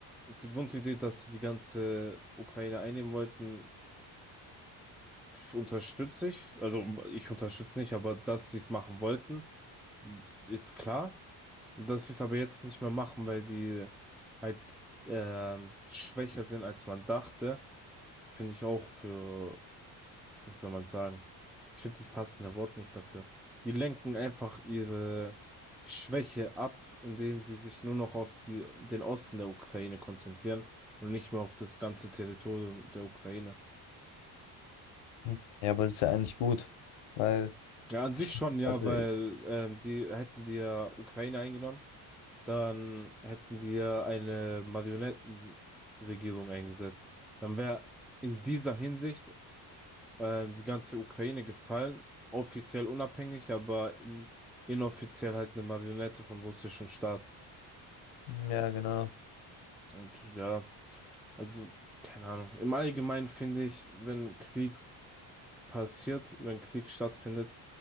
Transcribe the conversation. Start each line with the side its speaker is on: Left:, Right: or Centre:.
Centre: die Grundidee, dass sie die ganze Ukraine einnehmen wollten, Unterstütze ich. Also ich unterstütze nicht, aber dass sie es machen wollten, ist klar. Dass sie es aber jetzt nicht mehr machen, weil die halt ähm, schwächer sind, als man dachte, finde ich auch für, wie soll man sagen, ich finde das passende Wort nicht dafür. Die lenken einfach ihre Schwäche ab, indem sie sich nur noch auf die, den Osten der Ukraine konzentrieren und nicht mehr auf das ganze Territorium der Ukraine.
Left: Hm. Ja, aber das ist ja eigentlich gut, weil,
Centre: Ja, an sich
Left: Ich, find-
Centre: schon, ja,
Left: also,
Centre: weil ähm, die hätten die ja Ukraine eingenommen, dann hätten die ja eine Marionettenregierung eingesetzt. Dann wäre in dieser Hinsicht ähm, die ganze Ukraine gefallen, offiziell unabhängig, aber in, inoffiziell halt eine Marionette vom russischen Staat.
Left: hm, ja, genau.
Centre: Und ja, also keine Ahnung. Im Allgemeinen finde ich, wenn Krieg passiert, wenn Krieg stattfindet,